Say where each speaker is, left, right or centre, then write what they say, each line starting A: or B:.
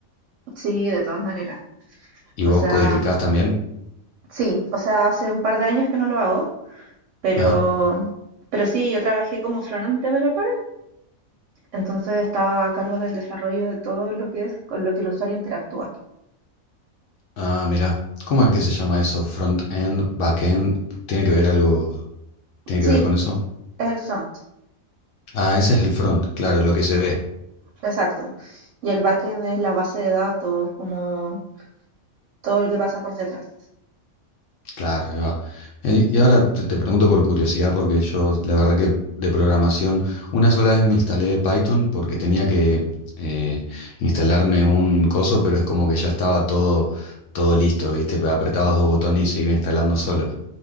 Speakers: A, on the right (about 70°); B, on the left (about 70°).
A: Sí, de todas maneras.
B: ¿Y
A: O
B: vos
A: sea,
B: codificás también?
A: sí, o sea, hace un par de años que no lo hago, pero,
B: ajá
A: pero sí, yo trabajé como front-end developer, entonces estaba a cargo del desarrollo de todo lo que es con lo que el usuario interactúa.
B: Ah, mira, ¿cómo es que se llama eso? Front-end, back-end, ¿tiene que ver algo? ¿Tiene que
A: Sí,
B: ver con eso?
A: es el front.
B: Ah, ese es el front, claro, lo que se ve.
A: Exacto. Y el backend es la base de datos, como todo lo que pasa por detrás.
B: Claro, ahí va. Eh, Y ahora te te pregunto por curiosidad, porque yo la verdad que de programación, una sola vez me instalé Python porque tenía que eh, instalarme un coso, pero es como que ya estaba todo, todo listo, ¿viste? Apretabas dos botones y se iba instalando solo.